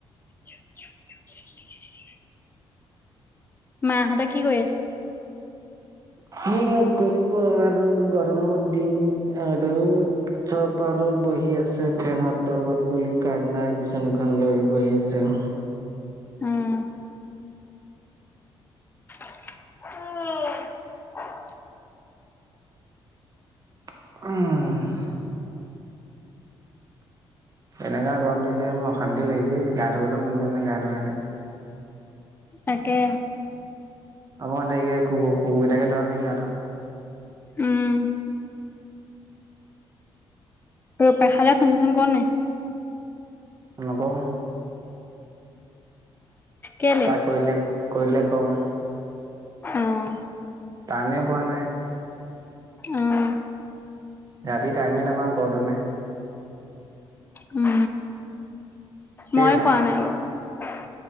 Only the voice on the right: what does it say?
কি কৰিব কৰিব আৰু গৰমৰ দিন আৰু চব আৰু বহি আছে ফেনৰ তলত বুলি কাইন নাই বিচনীখন লৈ বহি আছে
উম এনেকা গৰম দিছে মোৰ অশান্তি লাগিছে গা ধুবলৈও মন যোৱা নাই গা ধুৱাই নাই
অকমান দেৰিকে কু কু কুকুৰ কেইটাকে ধুৱাম নেকি গা ধুৱা
নকওঁ
তোক কৰিলে কৰিলে চ <unintelligible>
টাইময়ে পোৱা নাই
ৰাতি টাইমেই নাপাওঁ কৰ তনে
কি
হ